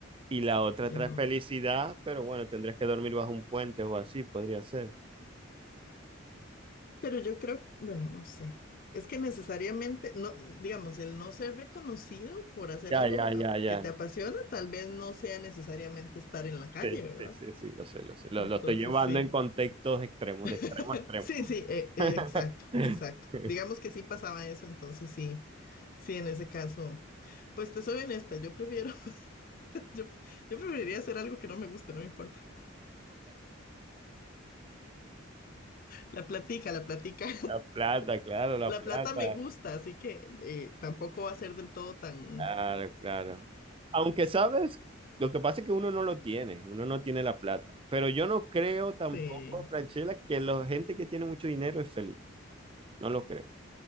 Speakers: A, on the right; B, on the left.
A: Y la otra
B: Es
A: trae
B: di-
A: felicidad, pero bueno, tendrías que dormir bajo un puente o así, podría ser.
B: Pero yo creo, bueno, no sé. Es que necesariamente, no, digamos, el no ser reconocido por hacer
A: Ya,
B: algo
A: ya, ya,
B: a-
A: ya.
B: que te apasiona, tal vez no sea necesariamente estar en la calle,
A: Sí,
B: ¿verdad?
A: sí, sí, sí, lo sé, lo sé. Lo,
B: Entonces,
A: lo estoy llevando
B: sí.
A: en contextos extremos,
B: <laughs>
A: de extremo a extremo.
B: Sí, sí, eh, eh,
A: <laughs>
B: exacto, exacto. Digamos que sí pasaba eso, entonces sí, sí, en ese caso, pues te soy honesta, yo prefiero Yo, yo preferiría hacer algo que no me guste, no me importa. La platica, la platica. <laughs>
A: La plata, claro,
B: La
A: la plata.
B: plata me gusta, así que eh, tampoco va a ser del todo tan...
A: Claro, claro. Aunque sabes, lo que pasa es que uno no lo tiene, uno no tiene la plata. Pero yo no creo tampoco,
B: eh,
A: Franchella, que la gente que tiene mucho dinero es feliz. No lo creo.